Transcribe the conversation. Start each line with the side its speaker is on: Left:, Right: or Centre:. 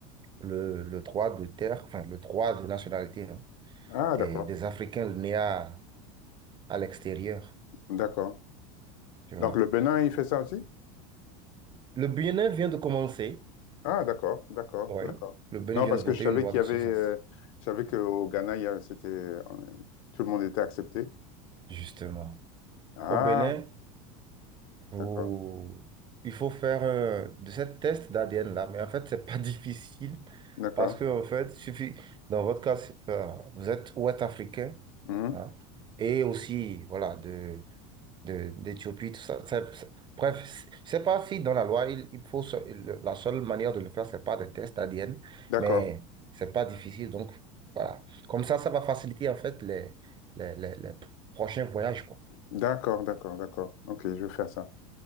Right: le, le droit de terre, enfin, le droit de nationalité hein,
Left: Ah,
Right: des,
Left: d'accord,
Right: des Africains nés à, à l'extérieur,
Left: d'accord.
Right: tu vois.
Left: Donc le Bénin, il fait ça aussi?
Right: Le Bénin vient de commencer,
Left: Ah, d'accord, d'accord,
Right: oui,
Left: d'accord.
Right: le Bénin
Left: Non,
Right: vient
Left: parce
Right: de
Left: que
Right: voter
Left: je savais
Right: une loi
Left: qu'il
Right: dans
Left: y avait,
Right: ce
Left: euh,
Right: sens.
Left: je savais qu'au Ghana, il y avait- c'était, euh, tout le monde était accepté.
Right: Justement.
Left: Ah,
Right: Au Bénin, vous-
Left: d'accord,
Right: il faut faire euh, de ce test d'ADN là, mais en fait, c'est pas <laughs> difficile
Left: d'accord,
Right: parce que, en fait, suffit, dans votre cas, c'est- euh, vous êtes ouest-africain
Left: Mhm.
Right: hein, et aussi, voilà, de, de, d'Éthiopie, tout ça. ça- ça- bref, c'est- je sais pas si dans la loi, il, il faut, se- le- la seule manière de le faire, c'est pas des tests d'ADN,
Left: d'accord,
Right: mais c'est pas difficile. Donc, voilà. Comme ça, ça va faciliter, en fait, les, les, les, les prochains voyages, quoi.
Left: d'accord, d'accord, d'accord. Ok, je vais faire ça.